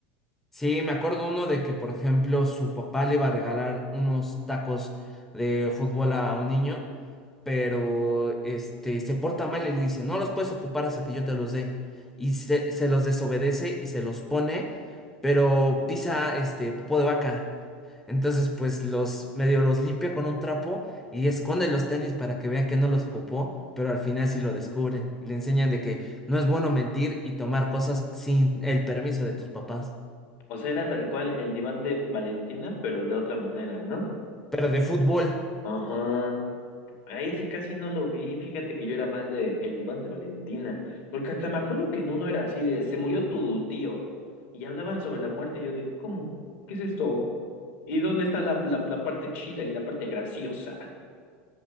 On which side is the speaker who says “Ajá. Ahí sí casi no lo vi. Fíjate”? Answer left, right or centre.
Left